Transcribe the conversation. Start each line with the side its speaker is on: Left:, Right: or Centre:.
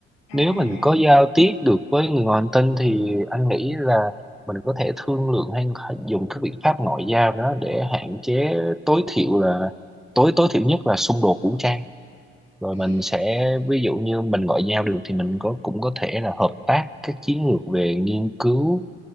Left: À
Centre: nếu mình
Left: dạ.
Centre: có giao tiếp được với người ngoài hành tinh thì anh nghĩ là mình có thể thương lượng hay dùng các biện pháp ngoại giao đó để hạn chế tối thiểu là tối tối thiểu nhất là xung đột vũ trang rồi
Left: À,
Centre: mình sẽ ví dụ như mình ngoại giao được thì mình có cũng có thể là hợp tác các chiến lược về nghiên cứu